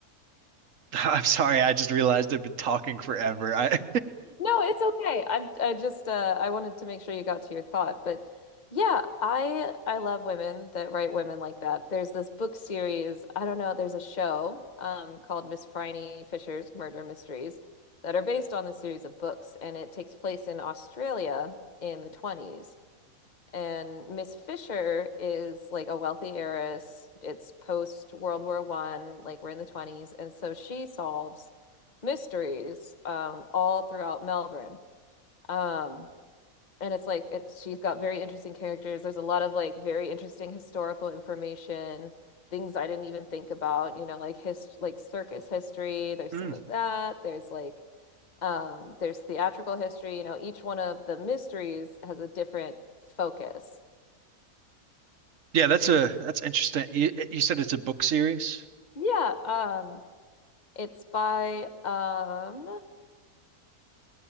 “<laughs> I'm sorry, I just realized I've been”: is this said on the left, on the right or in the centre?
Right